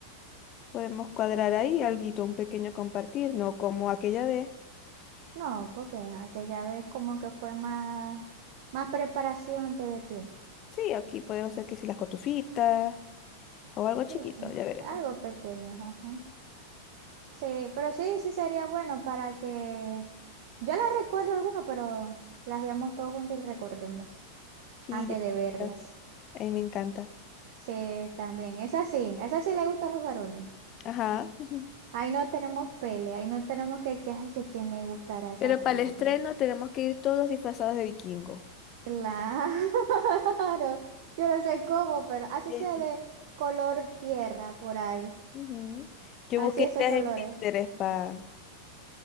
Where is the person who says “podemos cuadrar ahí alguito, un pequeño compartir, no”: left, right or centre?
Left